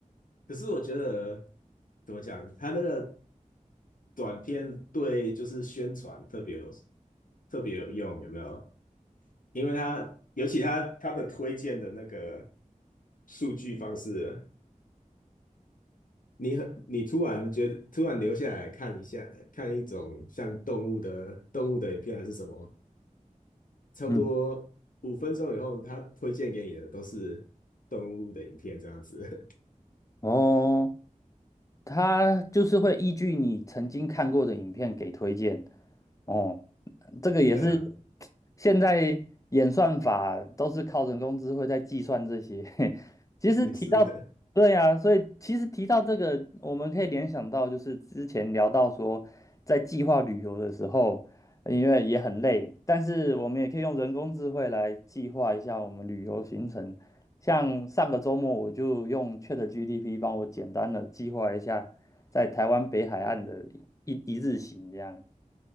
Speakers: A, on the left (about 75°); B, on the left (about 25°).
A: 可是我觉得怎么讲，他那个短片对就是宣传特别有特别有用，有没有？因为他尤其他他的推荐的那个数据方式，你很你突然觉得突然留下来看一下，看一种像动物的动物的影片还是什么，差不多五分钟以后，
B: 嗯，
A: 他推荐给你的都是动物的影片这样子，
B: 哦。它就是会依据你曾经看过的影片给推荐。哦，这个也是
A: <laughs> 对啊，
B: 现在演算法都是靠人工智慧在计算这些。<laughs> 其实提到，
A: 也是。
B: 对呀，所以其实提到这个，我们可以联想到就是之前聊到说，在计划旅游的时候，因为也很累，但是我们也可以用人工智慧来计划一下我们旅游行程，像上个周末我就用 ChatGPT 帮我简单的计划一下在台湾北海岸的一一日行，这样。